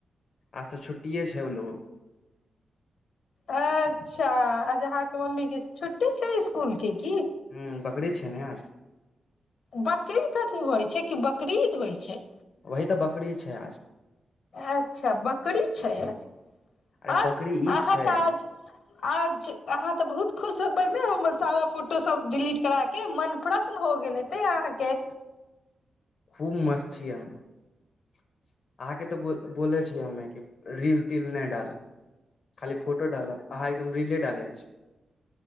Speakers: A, on the left; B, on the left.
A: आ तऽ छुटए छै ओलो
B: अच्छा आ जहा के मम्मी के छुट्टी छै इसकुल की क
A: ह बकरी छै ने आज
B: बकरी कथी होइ छै कि बकरीद होइ छै
A: वही तऽ बकरी छै आज
B: अच्छा बकरी छै आज
A: अरे
B: आर
A: बकरी ई
B: अहाँ
A: छै
B: तऽ आज आज अहाँ तऽ बहुत खुश हो सारा फोटो सब डिलीट कर के मन प्रसन्न भ गेल हेतै अहाँके
A: खूब मस्त छीिय हम अहाँके तऽ बोल बोलै छियै हमे कि रील तिल नहि डालऽ खाली फोटो डालऽ अहाँ एकदम रीले डालै छी